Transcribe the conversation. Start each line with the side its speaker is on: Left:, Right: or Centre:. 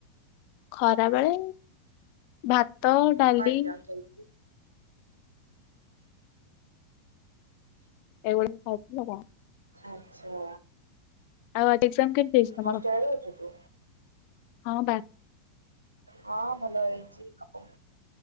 Left: ଖରା ବେଳେ ଭାତ
Right: ହଁ
Left: ଡାଲି
Right: ପା ଏଗଜାମ୍ ଚାଲି
Left: ଏଇଭଳି ଖାଇଥିଲ ଆଉ କଣ।
Right: ଆଚ୍ଛା।
Left: ଆଉ ଆଜି ଏକ୍ସାମ କେମିତି ହେଇଚି ତମର
Right: ହଷ୍ଟେଲରେ ରହୁଛୁ ତୁ?
Left: ହଁ ବା
Right: ହଁ ଭଲ ହେଇଚି ଆଉ।